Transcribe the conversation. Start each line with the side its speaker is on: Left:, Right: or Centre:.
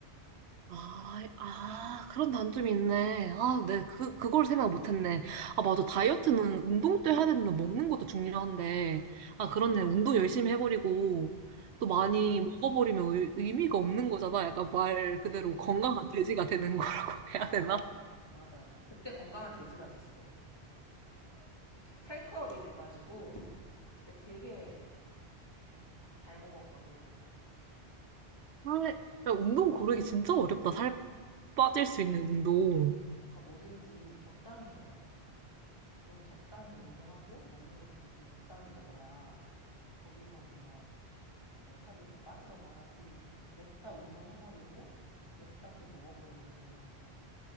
Right: 아, 아, 그런 단점이 있네. 아, 네, 그, 그걸 생각 못했네. 아, 맞아. 다이어트는 운동 도 해야 되는데 먹는 것도 중요한데. 아, 그렇네. 운동 열심히 해버리고 또 많이
Left: 응,
Right: 먹어버리면 의, 의미가 없는 거잖아. 약간 말 그대로
Left: 응, 응,
Right: 건강한
Left: 응.
Right: 돼지가 되는 거라고 <laughs> 해야
Left: 맞아,
Right: 되나?
Left: 맞아. 그때 건강한 돼지가 됐어. 살크업이 돼가지고 그때 되게 잘 먹었거든.
Right: 아, 야, 운동 고르기 진짜 어렵다. 살 빠질 수 있는 운동.
Left: 그러니까 뭐든지 적당히 해야 될 것 같아. 좀 적당히 운동하고 먹는 것도 좀 적당히 먹어야 거기서 뭔가 뭐 살이 더 빠지던가 하지. 냅다 운동해버리고 냅다 또 먹어버리면은